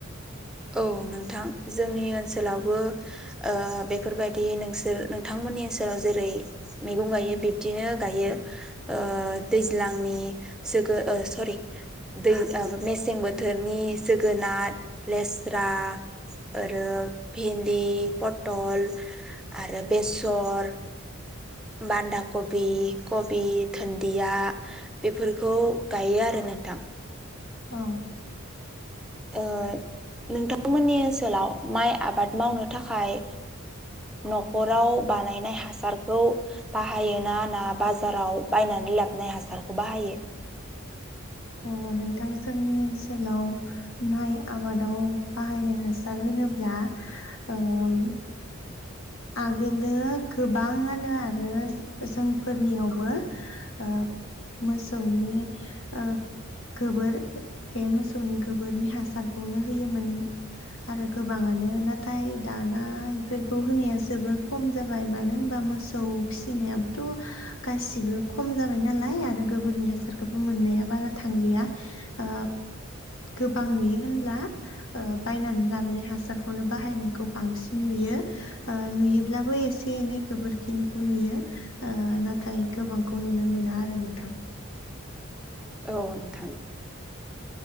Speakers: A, in the centre; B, on the left.
A: औ नोंथां जोंनि ओनसोलावबो ओ बेफोरबायदि नोंसोर नोंथांमोननि ओनसोलाव जेरै मैगं गायो बिब्दिनो गायो ओ दैज्लांनि सोगो ओ सरि दै ओ मेसें बोथोरनि जोगोनार लेस्रा ओरो भिन्दि पटल आरो बेसर बान्दा कबि कबि धोनदिया बेफोरखौ गायो आरो नोंथां
B: औ
A: ओ नोंथांमोननि ओनसोलाव माइ आबाद मावनो थाखाय न'खराव ओ बानायनाय हासारखौ बाहायोना ना बाजाराव बायनानै लाबाय हासारखौ बाहायो।
B: अ नोंथां जोंनि ओनसोलाव माइ आबादाव बाहायनाय हासार होनोब्ला ओम आगोलो गोबाङानो आरो जोंफोरनियावबो ओ मोसौनि ओ गोबोर बे मोसौनि गोबोरनि हासारखौनो होयोमोन आरो गोबाङानो नाथाय दाना इफोरखौ होनाया जोबोर खम जाबाय मानो होनबा मोसौ फिसिनायाबोथ' गासिबो खम जाबाय नालाय आरो गोबोरनि हासारखौबो मोननाया बारा थांलिया ओ गोबां नुयो होनब्ला बायनानै लाबोनाय हासारखौनो बाहायनायखौ बांसिन नुयो। ओ नुयोब्लाबो एसे एनै गोबोरखिनिखौ नुयो ओ नाथाय गोबांखौ नुनो मोना आरो नोंथां
A: औ नोंथां